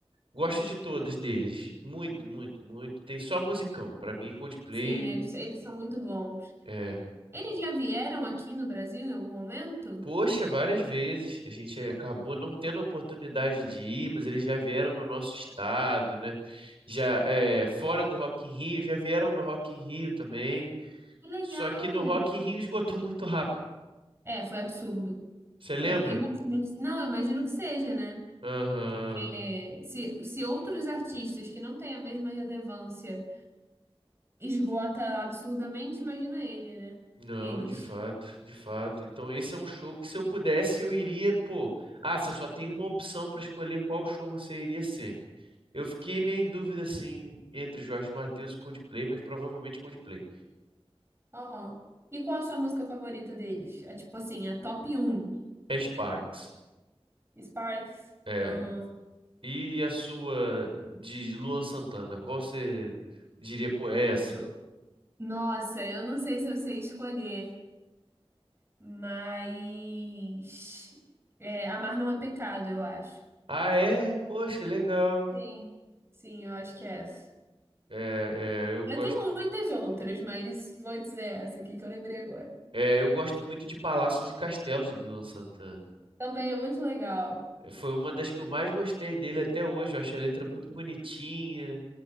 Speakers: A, on the right; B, on the right.
A: Gosto de todas deles, muito, muito, muito. Tem só musicão, pra mim Coldplay,
B: Sim, eles, eles são muito bons.
A: é.
B: Eles já vieram aqui no Brasil em algum momento?
A: Poxa, várias vezes a gente acabou não tendo a oportunidade de ir, mas eles já vieram no nosso estado, né? Já é, fora do Rock in Rio, já vieram no Rock in Rio também.
B: Que legal!
A: Só que no Rock in Rio esgotou muito rápido.
B: É, foi absurdo.
A: Você lembra?
B: Deve, imagino que- não, eu imagino que seja, né?
A: Aham.
B: É, se, se outros artistas que não têm a mesma relevância esgota absurdamente, imagina ele, né?
A: Não,
B: Eles.
A: de fato, de fato. Então esse é um show que se eu pudesse eu iria, pô. Ah, você só tem uma opção para escolher qual show você iria sempre. Eu fiquei meio em dúvida assim entre Jorge Mateus e Coldplay, mas provavelmente Coldplay.
B: Aham. E qual a sua música favorita deles? É tipo assim, a top 1.
A: É Sparks.
B: Sparks?
A: É.
B: Aham.
A: E a sua de Luan Santana, qual você diria, pô, é essa?
B: Do- Nossa, eu não sei se eu sei escolher, mas. É, Amar não é pecado, eu acho.
A: Ah, é? Poxa, legal.
B: Sim. Sim, eu acho que é essa.
A: É, é, eu gosto
B: Eu tenho muitas outras, mas vou dizer essa aqui que eu lembrei agora.
A: É, eu gosto muito de Palácios e Castelos do Luan Santana.
B: Também é muito legal.
A: É, Foi uma das que eu mais gostei dele até hoje. Eu acho a letra muito bonitinha.